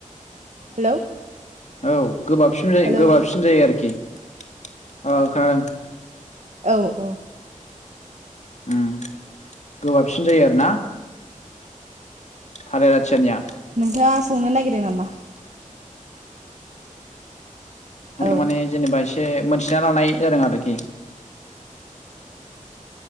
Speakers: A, on the right; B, on the left.
A: हेलौ।
B: औ गोबाबसिन जायो
A: हेलौ
B: गोबाबसिन जायो आरोखि अह खोनादों।
A: औ औ
B: उम गोबाबसिन जायो आरो ना थालेर आथियानिया
A: नोंथाङा संनो नागिरदों नामा औ
B: माने जेनेबा एसे मोनथिना लानाय जादों आरोखि